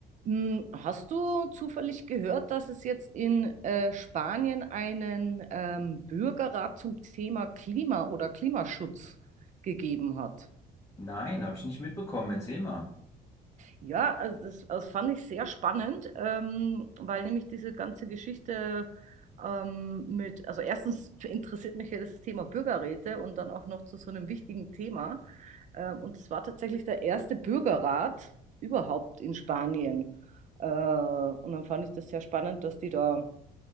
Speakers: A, on the right; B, on the left.
A: Hm, Hast du zufällig gehört, dass es jetzt in äh, Spanien einen ähm, Bürgerrat zum Thema Klima oder Klimaschutz gegeben hat?
B: Nein, habe ich nicht mitbekommen. Erzähl mal.
A: Ja, also das, das fand ich sehr spannend, ähm, weil nämlich diese ganze Geschichte ähm, mit, also erstens interessiert mich ja das Thema Bürgerräte und dann auch noch zu so einem wichtigen Thema. Ähm, und das war tatsächlich der erste Bürgerrat überhaupt in Spanien. Äh, und dann fand ich das sehr spannend, dass die da,